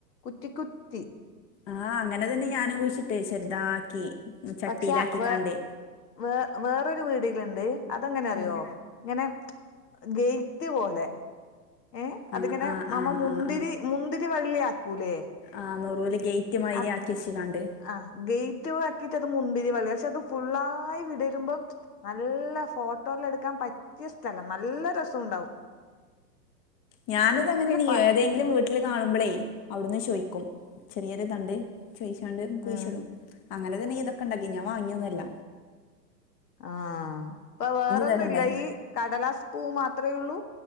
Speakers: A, on the left (about 70°); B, on the left (about 35°).
A: കുറ്റി കുറ്റി
B: ആഹ് അങ്ങനെ തന്നെ ഞാനും കുഴിച്ചിട്ടേ ചെറുതാക്കി. ചട്ടിയിലാക്കിക്കാണ്ട്.
A: പക്ഷെ വേ വേ വേറൊരു വീടിലണ്ട് അതെങ്ങനറിയോ
B: ഉം.
A: ഇങ്ങനെ ഗെയ്റ്റ് പോലെ. ഏ അതിങ്ങനെ
B: ആ ആ
A: മമ്മ
B: ആ
A: മുന്തിരി
B: ആ ആ
A: മുന്തിരി വള്ളിയാക്കൂലേ?
B: ആ നൊറൂല് ഗേറ്റ് മാതിരി
A: അ
B: ആക്കി വെച്ച് കാണ്ട്
A: ആ ഗേറ്റ് ആക്കിട്ട് അത് മുന്തി രിവള്ളി പക്ഷെ അത് ഫുള്ളായി വിടരുമ്പോ നല്ല ഫോട്ടോല്ലോ എടുക്കാൻ പറ്റിയ സ്ഥലം ന ല്ല രസുണ്ടാവും.
B: ഞാനത് അങ്ങനെയാണീ
A: പ
B: ഏതെങ്കിലും വീട്ടില് കാണുമ്പളേ അവിടുന്ന് ചോയിക്കും ചെറിയൊരു തണ്ട്. ചോയിച്ചാണ്ട് കുഴിച്ചിടും.
A: ഉം
B: അങ്ങനെ തന്നെ ഇതൊക്കെ ഇണ്ടാക്കി ഞാൻ വാങ്ങിയൊന്നല്ല.
A: ആഹ്. അപ്പൊ വേറൊന്നുല്ല
B: തരം ഉണ്ടായിന്
A: ഈ കടലാസ് പൂ മാത്രേ ഉള്ളൂ.